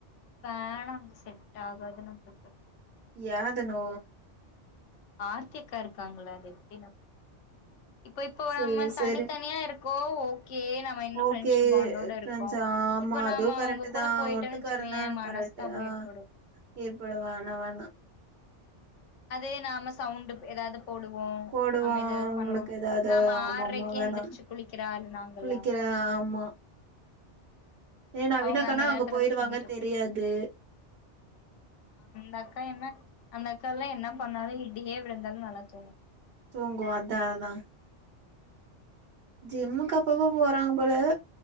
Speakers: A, on the left; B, on the right.
A: வேனாங்க செட் ஆகாது நம்மளுக்கு
B: யாதுனு
A: ஆர்த்கிக்கா இருக்காங்களா அ இப்ப இப்போ
B: சேரி
A: நம்ம தனித்தனியா
B: சேரி.
A: இருக்கோ ஓக்கே நம்ம இன்னு
B: ஓகே
A: ஃப்ரெண்ட்ஷிப் பாண்டோட
B: ஃப்ரெண்ட்ஸ்
A: இருக்கோ
B: ஆமா
A: இப்ப
B: அதுவு
A: நாம
B: கரெக்ட்
A: உங்க கூட
B: தா
A: போயிட்டேன்னு
B: ஒட்டுக்காருந்தா
A: வச்சுக்கோ ஏ மனஸ்தாபம்
B: கரெக்ட் ஆ
A: ஏற்படு
B: ஏற்பட வேணா வேண்டா
A: அதே நாம சவுண்டு ஏதாவது போடுவோ
B: போடுவோ
A: நாம எதுதாவது
B: உங்களுக்கு
A: பண்ணுவோ
B: ஏதாவது
A: நாம
B: ஆமா
A: ஆறரைக்கே
B: ஆமா வேணா
A: எந்திரிச்சு குளிக்கிறாஆளு நாங்கெள்ல்லா
B: குளிக்கிற ஆமா ஏ நவீனாக்கனா
A: அவங்க அந்த நேரத்துலதா
B: அங்க போயிருவாங்க
A: தூங்கிட்டு இருக்க
B: தெரியாது
A: அந்த அக்கா என்ன அந்த அக்க எல்லா என்ன பண்ணாலு இடியியே விழுந்தாலு நல்ல தூங்
B: தூங்கு அதா அதா ஜிம்முக்கு அப்பு போறாங்க போல